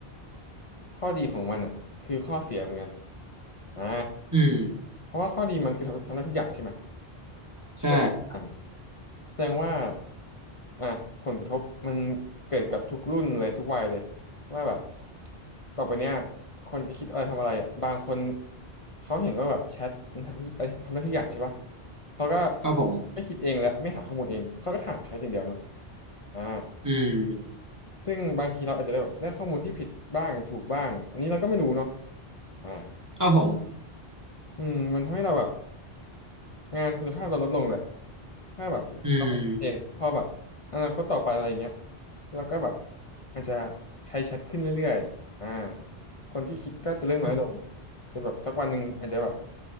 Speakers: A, on the left; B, on the right.
A: ข้อดีของมันอ่ะคือข้อเสียเหมือนกันอ่า
B: อืม
A: เพราะว่าข้อดีมันคือทำทำได้ทุกอย่างใช่ไหม
B: ใช่
A: ช่วยได้ทุกอย่าง แสดงว่าอ่ะผลกระทบมันเกิดกับทุกรุ่นเลยทุกวัยเลยว่าแบบต่อไปเนี้ยคนจะคิดอะไรทำอะไรอ่ะบางคนเขาเห็นว่าแบบแชทมันทำทุกทำได้ทุกอย่างใช่ปะเขาก็
B: ครับผม
A: ไม่คิดเองและไม่หาข้อมูลเองเขาก็ถามแชทอย่างเดียวเนาะอ่า
B: อืม
A: ซึ่งบางทีเราอาจจะได้แบบได้ข้อมูลที่ผิดบ้างถูกบ้างอันนี้เราก็ไม่รู้เนาะอ่า
B: ครับผม
A: อืมมันทำให้เราแบบ งานคุณภาพเราลดลงแหละถ้าแบบเราเองพอแบบอนาคตต่อไปอะไรอย่างเงี้ย
B: อืม
A: เราก็แบบอาจจะใช้แชทขึ้นเรื่อยๆอ่าคนที่คิดก็จะเริ่มน้อยลง
B: อืม
A: จนแบบสักวันหนึ่งอาจจะแบบ